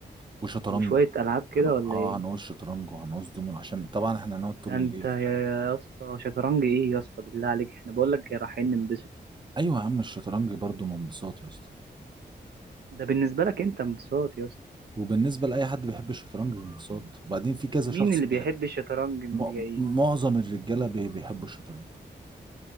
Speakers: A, on the right; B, on the right.
A: وشطرنج
B: وشوية ألعاب كده
A: هن...
B: ولا
A: اه
B: إيه؟
A: هنقول شطرنج وهنقول دومين عشان طبعا احنا هنقعد طول
B: ده أنت
A: الليل
B: يا
A: ف...
B: يا اسطى شطرنج إيه يا اسطى بالله عليك إحنا بقولك رايحين ننبسط
A: ايوه يا عم الشطرنج برضو من انبساط يا اسطى
B: ده بالنسبة لك أنت انبساط يا اسطى
A: وبالنسبه لاي حد بيحب الشطرنج انبساط وبعدين في كذا
B: مين
A: شخص
B: اللي
A: بيلاقي
B: بيحب الشطرنج من
A: م...
B: اللي جايين؟
A: معظم الرجاله بي... بيحبوا الشطرنج